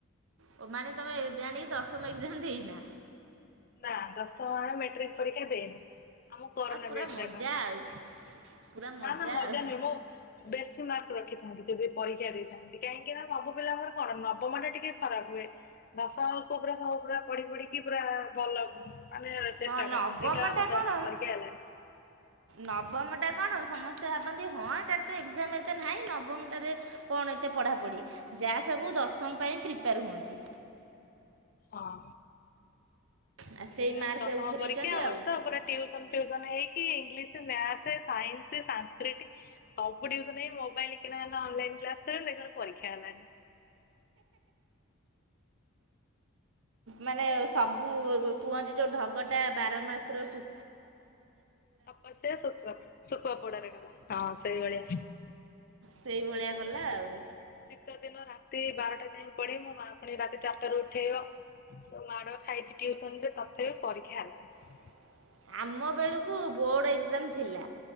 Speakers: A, on the right; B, on the left.
A: ଓ ମାନେ ତୁମେ ଜାଣିକି, ଦଶମ ଏକଜାମ ଦେଇନା
B: ନା ଦଶମ, ଆମେ ମେଟ୍ରିକ ପରୀକ୍ଷା ଦେଇନୁ। ଆମକୁ କରୋନା
A: ଆଉ ପୁରା
B: ବ୍ୟାଚ
A: ମଜା
B: ଡାକନ୍ତି
A: ଆଉ ପୁରା
B: ନା ନା ମଜା
A: ଆଉ।
B: ନୁହେଁ ମୁଁ ବେଶୀ ମାର୍କ ରଖିଥାନ୍ତି, ଯଦି ପରୀକ୍ଷା ଦେଇଥାନ୍ତି, କାହିଁକି ନା ସବୁ ପିଲାଙ୍କର କଣ ନବମ ଟା ଟିକେ ଖରାପ ହୁଏ, ଦ ଶମକୁ ପୁରା ସବୁ ପୁରା ପଢି ପଢିକି ପୁରା ଭଲ ମାନେ ଚେଷ୍ଟା
A: ହଁ ନବମଟା
B: କରନ୍ତି ଦେଖିଲା ଆମର ଦଶମ
A: କଣ
B: ପରୀକ୍ଷା ହେଲାଣି।
A: ନବମଟା କଣ ସମସ୍ତେ ଭାବନ୍ତି, ହଁ ଏଟା ତ ଏକଜାମ ଏତେ ନାହିଁ, ନବମଟାରେ କଣ ଏତେ ପଢ଼ାପଢ଼ି ଯାହା ସବୁ ଦଶମ ପାଇଁ ପ୍ରିପେୟାର ହୁଅନ୍ତି।
B: ହଁ
A: ଆଉ ସେଇ
B: ଦେଖିଲା
A: ମାର୍କ
B: ବେଳୁ ଦଶମ
A: ଉଠେଇ
B: ପରୀକ୍ଷା
A: ଦେଇଛନ୍ତି
B: ବର୍ଷ
A: ଆଉ
B: ପରେ ଟଉସନ ଫ୍ୟୁସନ ହେଇକି ଇଂଲିଶ, ମ୍ୟାଥ ସାଇନ୍ସ, ସାଂସ୍କ୍ରିଟ ସବୁ ଟିଉସନ ହେଇ, ମୋବାଇଲ କିଣା ହେଲା, ଅନଲାଇନ୍ ଦେଖୁ ପରୀକ୍ଷା ହେଲାଣି।
A: ମାନେ ସବୁ କୁହନ୍ତି, ଯୋଉ ଢଗଟା ବାର ମାସର ସୁ
B: ତପସା ଶୁଖଆ ଶୁଖୁଆ ପୋଡାରେ ଗଲା, ହଁ ସେଇଭଳିଆ ଶୀତ
A: ସେଇଭଳିଆ ଗଲା ଆଉ।
B: ଶୀତ ଦିନ ରାତି ବାରଟା ଯାଏଁ ପଢେଇ ମୋ ମା ପୁଣି ରାତି ଚାରିଟାରେ ଉଠେଇବ ଯଉ ମାଡ ଖାଇଚି ଟଉସନରେ ତଥାପି ପରୀକ୍ଷା ହେଲାନି।
A: <inaudible> ଆମ ବେଳକୁ ବୋର୍ଡ ଏକଜାମ ଥିଲା